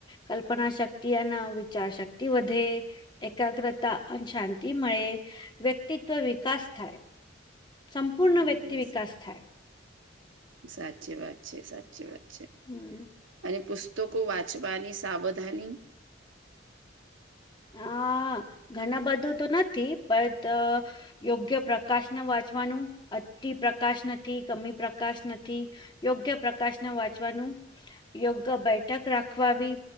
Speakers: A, on the left; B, on the right.
A: કલ્પના શક્તિ અને વિચાર શક્તિ વધે એકાગ્રતા અને શાંતિ મળે વ્યક્તિત્વ વિકાસ થાય સંપૂર્ણ
B: હમ
A: વ્યક્તિ વિકાસ થાય
B: સાચી વાત છે, સાચી વાત છે,
A: હમ
B: અને પુસ તો કો વાંચવાની સાવધાની
A: હ ઘણા બધું તો નથી પણ યોગ્ય પ્રકાશ ન વાંચવાનું અતિ પ્ર્કાશ નથી કમી પ્રકાશ નથી યોગ્ય પ્રકાશ ના વાંચવાનું યોગ્ય બેઠક રાખવાવી